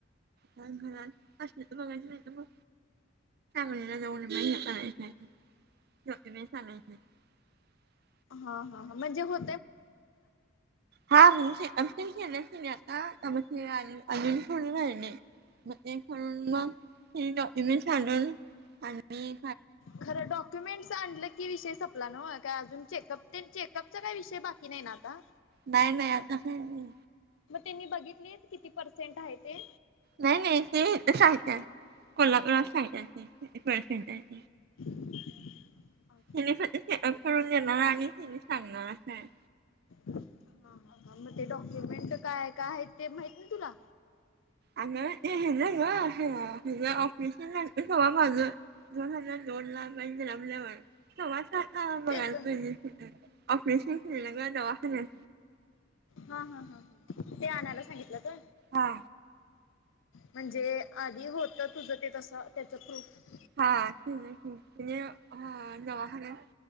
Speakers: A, on the right (about 55°); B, on the left (about 85°).
A: घरात असले तर बघायच माहिती मग ज म चालायच ज चालायच.
B: हा हा म्हणजे हो
A: हा. <unintelligible> घण्या आता अजून फोड घ मग ते करून म हे डॉक्युमेंटून आणि
B: खरं डॉक्युमेंटस आणलं की विषय संपला नव का अजून चेकअप तेन चेकअप काही विषय बाकी नाही ना आता.
A: नाही नाही आता नाही नाही
B: मग त्यांनी बघितली किती पर्सेंट आहे ते
A: नाही नाही ते सहितात कोल्हापूरात सहितात ते किती पर्सेंट आहे.
B: <unintelligible> अच्छा
A: हिने करून
B: अच्छा
A: देणार आणि हेिनी सांगणार असं आहे.
B: हा ह ह मग ते डॉक्युमेंट काय काय आहे ते माहित नाय तुला
A: आ हे ग ऑफिस सव माझ दोन हजार दोन ला म्हणजे रमल्यावर सम बघायलाहि
B: तेच
A: ऑपरेशन खेळलं म दवाखान.
B: हा हा हा हा ते आणायला सांगितलं का.
A: हा
B: म्हणजे आधी होत तुझं ते तसं त्याच प्रूफ.
A: हा त त हा दवाखान्यात